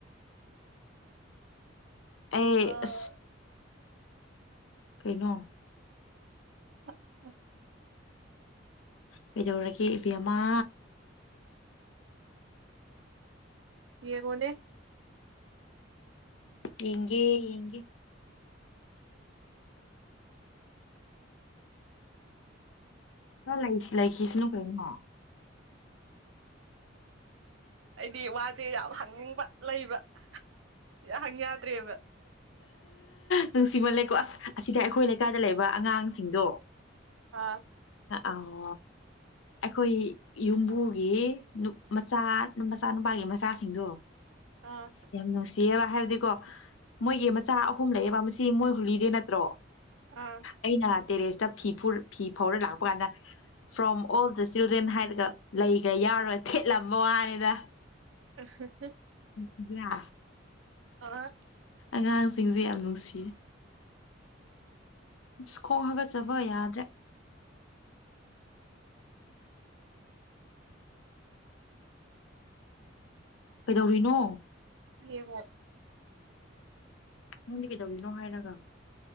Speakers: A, on the left; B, on the right.
A: ꯑꯩ
B: ꯑꯥ
A: ꯑꯁ ꯀꯩꯅꯣ
B: ꯍ ꯍ
A: ꯀꯩꯗꯧꯔꯒꯦ ꯏꯕꯦꯝꯃ
B: ꯌꯦꯡꯉꯣꯅꯦ
A: ꯌꯦꯡꯒꯦ ꯌꯦꯡꯒꯦ ꯅꯪ ꯂꯩꯁꯤ ꯂꯩꯈꯤꯁꯅꯨ ꯀꯩꯅꯣ
B: ꯑꯩꯗꯤ ꯋꯥꯁꯦ ꯌꯥꯝ ꯍꯪꯅꯤꯡꯕ ꯂꯩꯕ ꯌꯥꯝ ꯍꯪ ꯌꯥꯗ꯭ꯔꯦꯕ
A: ꯅꯨꯡꯁꯤꯃꯜ ꯂꯦꯀꯣ ꯑꯁ ꯑꯁꯤꯗ ꯑꯩꯈꯣꯏ ꯂꯩꯀꯥꯏꯗ ꯂꯩꯕ ꯑꯉꯥꯡꯁꯤꯡꯗꯣ
B: ꯑꯥ
A: ꯑꯣ ꯑꯩꯈꯣꯏ ꯌꯨꯝꯕꯨꯒꯤ ꯅꯨꯞ ꯃꯆꯥ ꯃꯆꯥ ꯅꯨꯄꯥ ꯃꯥꯒꯤ ꯃꯆꯥꯁꯤꯡꯗꯣ
B: ꯑꯥ
A: ꯌꯥꯝ ꯅꯨꯡꯁꯤꯌꯦꯕ ꯍꯥꯏꯕꯗꯤ ꯀꯣ ꯃꯣꯏꯒꯤ ꯃꯆꯥ ꯑꯍꯨꯝ ꯂꯩꯌꯦꯕ ꯃꯁꯤ ꯃꯣꯏ ꯍꯨꯂꯤꯗꯦ ꯅꯠꯇ꯭ꯔꯣ
B: ꯑꯥ
A: ꯑꯩꯅ ꯇꯦꯔꯦꯁꯇ ꯐꯤ ꯐꯨꯔ ꯐꯤ ꯐꯧꯔ ꯂꯥꯛꯄ ꯀꯥꯟꯗ ꯐ꯭ꯔꯣꯝ ꯑꯣꯜ ꯗ ꯏꯁꯇꯨꯗ꯭ꯦꯟꯠ ꯍꯥꯏꯔꯒ ꯂꯩꯒ ꯌꯥꯎꯔꯣꯏ ꯊꯦꯠꯂꯝꯕ ꯋꯥꯅꯤ ꯔꯥ
B: ꯑ ꯍ ꯍ
A: ꯂꯥ
B: ꯑ
A: ꯑꯉꯥꯡꯁꯤꯡꯁꯦ ꯌꯥꯝ ꯅꯨꯡꯁꯤ ꯁ ꯈꯣꯡ ꯍꯥꯒꯠꯆꯕ ꯌꯥꯗ꯭ꯔꯦ ꯀꯩꯗꯧꯔꯤꯅꯣ
B: ꯌꯦꯉꯣ
A: ꯅꯪꯗꯤ ꯀꯩꯗꯧꯔꯤꯅꯣ ꯍꯥꯏꯔꯒ